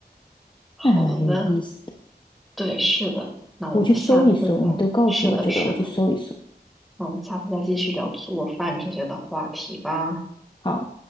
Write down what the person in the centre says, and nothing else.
好的。
对，是的。那我们下次再，
是的，是的。
那我们下次再继续聊做饭这些的话题吧。